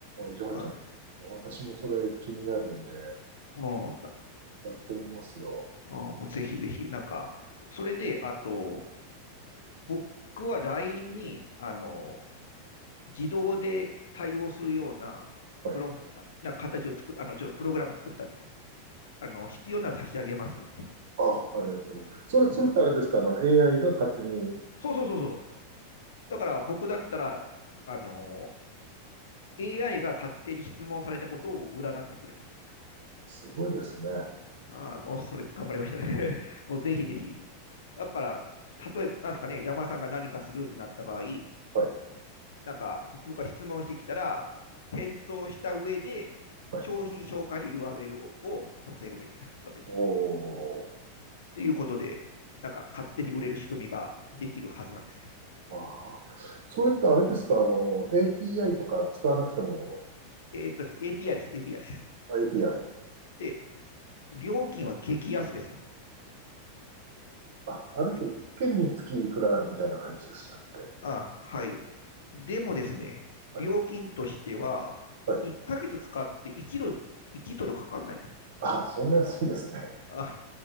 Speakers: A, on the right; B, on the left.
A: あじゃあ、
B: はい。
A: ちょっと、私もそれ気になるんで、
B: うん。
A: やってみますよ。
B: あん、もうぜひぜひ、なんか、それで、あと、僕は LINE に、あの、自動で対応するような、
A: はい。
B: プロンプトな形を作っ、あの、ちょっとプログラム作ったんですよ。あの、必要なら差し上げますんで。
A: あ、ありがとうございます。それ、
B: うん。
A: それってあれですか、あの、AI が勝手に、
B: そうそうそうそうそう。だから僕だったら、あの、AI が勝手に質問されたことを占ってくれるみたい
A: すごいですね。
B: な。ああ、もうそれ頑張りましたね。<laughs> もうぜひぜひ。だから、例えば、なんですかね、山田さんが何かするってなった場合、
A: はい、
B: なんか、僕は質問してきたら、返答した上で、
A: はい。
B: 商品紹介という URL をを載せるみたいな、それに。
A: おー。
B: ということで、なんか勝手に売れる仕組みができるはずなんですよ。
A: ああ。それってあれですか、あの、API とか使わなくても、
B: えーっとです、API です、API です。
A: あ API。
B: で、料金は激安ですよ。
A: あ、あれって一件につきいくらみたいな感じでしたっけ
B: えあ、はい。でもですね、
A: はい。
B: 料金としては、
A: はい。
B: 1ヶ月使って1ドル、いちドルかかんないですよ。
A: あ、そんな安いんですね。
B: あ、